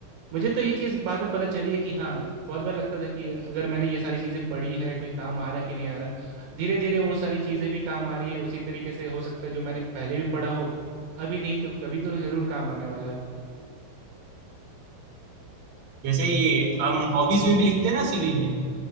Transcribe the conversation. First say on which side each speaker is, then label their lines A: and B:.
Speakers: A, on the right; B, on the right.
A: मुझे तो ये चीज़ बाद में पता चली है कि हाँ बहुत बार लगता था कि अगर मैंने ये सारी चीज़ें पढ़ी है कोई काम आ रहा कि नहीं आ रहा धीरे धीरे वो सारी चीज़ें भी काम आ रही है उसी तरीके से हो सकता है जो मैंने पहले भी पढ़ा हो अभी नहीं तो कभी तो ज़रूर काम आने वाला है
B: जैसे ये हम हॉबीज में भी लिखते हैं ना सीवी में